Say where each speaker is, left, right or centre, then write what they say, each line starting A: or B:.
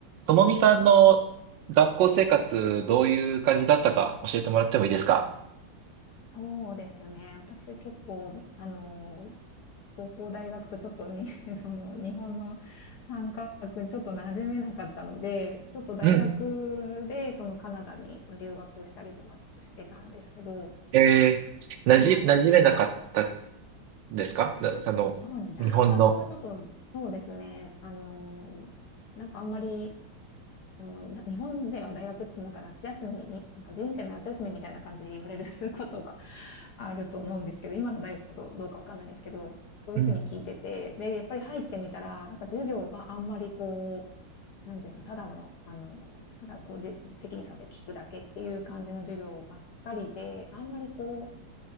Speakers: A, on the right (about 75°); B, on the left (about 70°).
A: ともみさんの学校生活、どういう感じだったか教えてもらってもいいですか
B: そうですね。私結構、あの高校大学とちょっとに、<laughs> その日本の感覚にちょっと馴染めなかったので、ちょっと大学でそのカナダに留学したりとかちょっとしてたんですけど、
A: うん。えー、なじ、
B: はい、
A: 馴染めなかった
B: あの、
A: ですかなその、
B: そうですね。大学がちょっと、
A: 日本の。
B: そうですね。あのなんかあんまり、あの、な日本では大学ってなんか夏休みに、なんか人生の夏休みみたいな感じで言われる <laughs> ことがあると思うんですけど、今の大学ちょっとどうかわかんないんですけど、そういうふうに聞いてて、
A: うん。
B: で、やっぱり入ってみたら、なんか授業があんまりこう、なんていうんですか、ただの、あの、ただこう、じ責任って聞くだけっていう感じの授業ばっかりで、あんまりこ